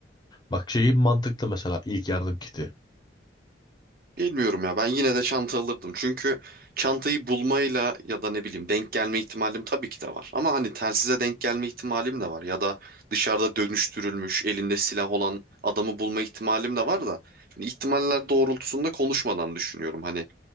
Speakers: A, on the left (about 20°); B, on the right (about 50°).
A: Bak şeyi mantıklı mesela ilk yardım kiti.
B: Bilmiyorum ya ben yine de çanta alırdım. Çünkü çantayı bulmayla ya da ne bileyim denk gelme ihtimalim tabii ki de var. Ama hani telsize denk gelme ihtimalim de var. Ya da dışarıda dönüştürülmüş elinde silah olan adamı bulma ihtimalim de var da. Şimdi ihtimaller doğrultusunda konuşmadan düşünüyorum. Hani